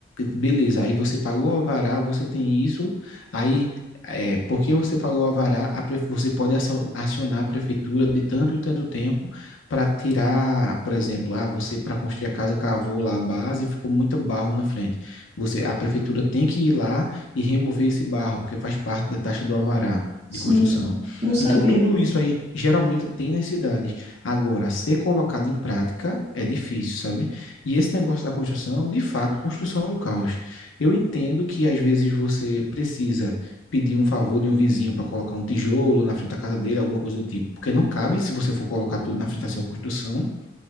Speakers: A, on the left; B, on the right.
A: beleza, aí você pagou o alvará, você tem isso, aí é, porque você pagou o alvará, a pre- você pode acio- acionar a prefeitura de tanto e tanto tempo para tirar, por exemplo, ah, você para construir a casa cavou lá a base e ficou muito barro na frente. Você, a prefeitura tem que ir lá e remover esse barro, porque faz parte da taxa do alvará de
B: sim,
A: construção.
B: não sabia.
A: Então, tudo isso aí geralmente tem nas cidades. Agora, ser colocado em prática é difícil, sabe? E esse negócio da construção, de fato, construção é um caos. Eu entendo que às vezes você precisa pedir um favor de um vizinho para colocar um tijolo na frente da casa dele, alguma coisa do tipo, porque não cabe se você for colocar tudo na frente da sua construção,